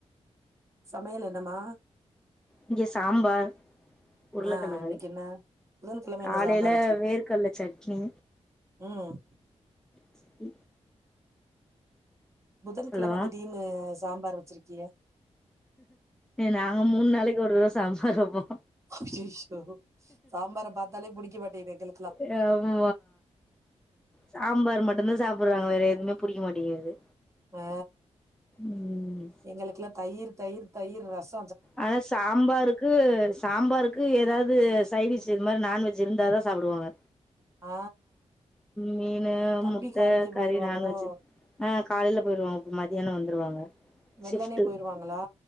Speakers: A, on the right; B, in the centre.
A: சமையல் என்னமா
B: இங்க சாம்பார் உருளைக்கெழங்கு
A: ஆ இன்னைக்கு என்ன புதன்கிழம
B: காலையில
A: என்ன சாம்பார்
B: வேர்க் கடல சட்னி
A: உம்
B: ச
A: புதன்கெழமை
B: ஹலோ
A: திடீர்னு சாம்பார் வச்சுருக்கியே
B: நாங்க மூணு நாளைக்கு ஒரு தடம் சாம்பார் வப்போ
A: ஐய்யயோ சாம்பார பாத்தாலே புடிக்க மாட்டேங்குது எங்களுக்குலா
B: எதாவது சாம்பார் மட்டும்தா சாப்டுறாங்க வேற எதுவுமே புடிக்க மாட்டேங்குது
A: ஓ
B: ம்
A: எங்களுக்குல தயிர் தயிர் தயிர் ரசம்
B: ஆனா சாம்பாருக்கு சாம்பாருக்கு ஏதாவது சைவிச் இது மாரி நாண்வெஜ் இருந்தா தா சாப்டுவாங்க
A: ஆ
B: மீன்
A: தம்பி
B: முட்ட
A: கால்லயே
B: கறி
A: போயிருவாங்களோ
B: நான்வெஜ் ஆ காலையில போயிடுவாங்க மதியானோ வந்துடுவாங்க
A: வெள்ளனே
B: ஷப்ட்
A: போயிருவாங்களா